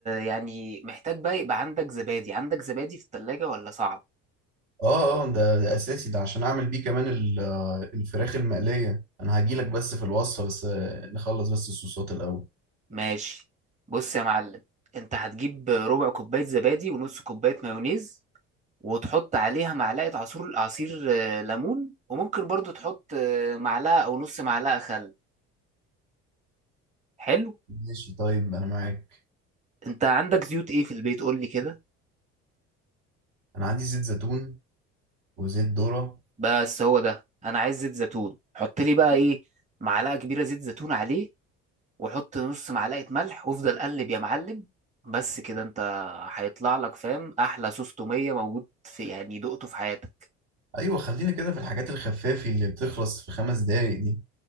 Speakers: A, on the right (about 25°); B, on the right (about 70°).
A: يعني محتاج بقى يبقى عندك زبادي عندك زبادي في التلاجة ولا صعب
B: اه اه ده, ده أساسي ده عشان أعمل بيه كمان ال- آه، الفراخ المقلية أنا هجيلك بس في الوصفة بس آه، نخلص بس الصوصات الأول
A: ماشي بص يا معلم انت هتجيب ربع كوباية زبادي ونص كوباية مايونيز وتحط عليها معلقة عصير عصير آه، ليمون وممكن برضو تحط آه، معلقة او نص معلقة خل حلو
B: ماشي طيب أنا معاك
A: انت عندك زيوت ايه في البيت قول لي كده
B: أنا عندي زيت زيتون وزيت ذرة
A: بس هو ده انا عايز زيت زيتون حط لي بقى ايه معلقه كبيره زيت زيتون عليه وحط نص معلقه ملح وافضل قلب يا معلم بس كده انت هيطلع لك فاهم احلى صوص توميه موجود في يعني دقته في حياتك
B: أيوة خلينا كده في الحاجات الخفافي اللي بتخلص في خمس دقايق دي